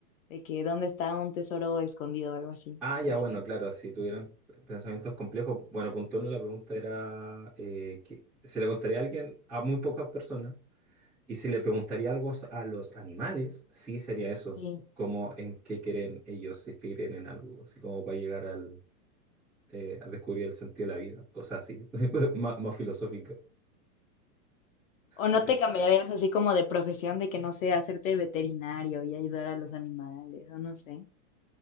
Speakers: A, on the left; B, in the centre.
A: de que dónde está un tesoro escondido o algo así,
B: Ah,
A: no
B: ya,
A: sé.
B: bueno, claro, si tuvieran pensamientos complejos, bueno, punto uno, la pregunta era eh, que se le contaría a alguien, a muy pocas personas, Y si le preguntaría algo a los animales, sí sería eso,
A: Sí.
B: como en qué creen ellos, si es que creen en algo, así como para llegar al, eh, a descubrir el sentido de la vida, cosas así, <laughs> más, más filosófica.
A: O
B: Yo
A: no
B: creo-
A: te cambiarías así como de profesión de que no sé, hacerte veterinario y ayudar a los animales, o no sé.